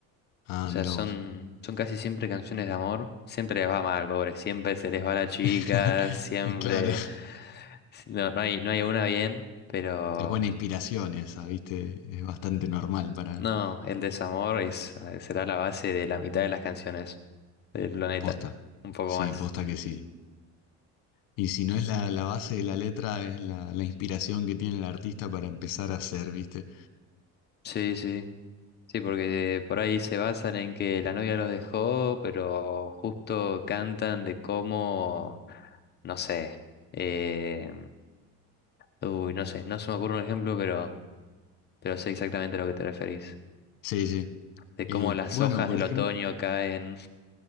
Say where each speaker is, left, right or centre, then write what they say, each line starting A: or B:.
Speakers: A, on the left; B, on the left.
A: Ah,
B: O sea,
A: mira
B: son,
A: vos.
B: son casi siempre canciones de amor. Siempre les va mal, pobre. Siempre se les va la chica.
A: <laughs>
B: Siempre.
A: Claro.
B: si No, no hay, no hay una bien, pero.
A: Es buena inspiración esa, ¿viste? Es bastante normal para...
B: No, el desamor es, eh, será la base de la mitad de las canciones del planeta.
A: Posta.
B: Un poco
A: Sí,
B: más.
A: posta que sí. Y si no es la, la base de la letra, es la, la inspiración que tiene el artista para empezar a hacer, ¿viste?
B: Sí, sí. Sí, porque por ahí se basan en que la novia los dejó, pero justo cantan de cómo. No sé. Eh, uy, no sé. No se me ocurre un ejemplo, pero. pero sé exactamente a lo que te referís.
A: Sí, sí.
B: De
A: Eh,
B: cómo las
A: bueno,
B: hojas
A: por
B: del
A: ejemplo...
B: otoño caen.